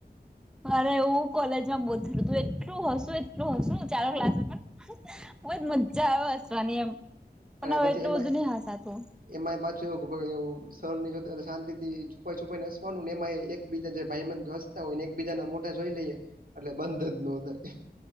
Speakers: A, in the centre; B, on the right.
A: અરે હવું કોલેજમાં બોતેલું તું એટલું હસુ એટલું હસું ચાલો ક્લાસમાં પણ બજ મજા આવે હસવાની એમ પણ
B: અને
A: હવે
B: પછી
A: એટલું
B: એમાં
A: બધું નહી હસાતું
B: એમાં એ પાછું એવું સરની જોતા શાંતિથી છુપાઈ છુપાઈ ને હસવાનુંને એમાં એકબીજા જે ભાઈબંધ હોય ને એકબીજા ના મોટા જોઈ લઈએ એટલે બંધ જ ન થાય